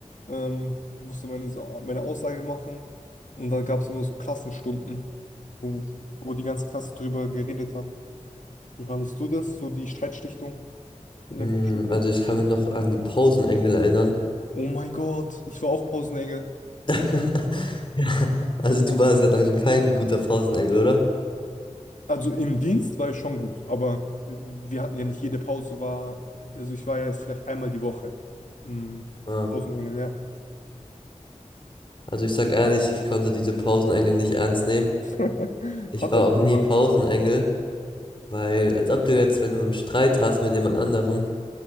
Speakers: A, on the left; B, on the left.
A: ähm, musste meine, Sa- meine Aussage machen und dann gab es immer so Klassenstunden, wo, wo die ganze Klasse drüber geredet hat. Wie fandest du das, so die Streitschlichtung in
B: mm,
A: der Grundschule?
B: also ich kann mich noch an die Pausenengel erinnern.
A: Oh mein Gott, ich war auch Pausenengel.
B: <laughs> Ja. Also du warst ja dann kein guter Pausenengel, oder?
A: Also im Dienst war ich schon gut, aber wir hatten ja nicht jede Pause war, also ich war ja jetzt vielleicht einmal die Woche. Mhm.
B: Ah.
A: Pausenengel, ja.
B: Also ich sag ehrlich, ich konnte diese Pausenengel nicht ernst nehmen.
A: <laughs>
B: Ich
A: Hat
B: war
A: auch
B: auch
A: niemand.
B: nie Pausenengel, weil als ob du jetzt, wenn du einen Streit hast mit jemand anderem,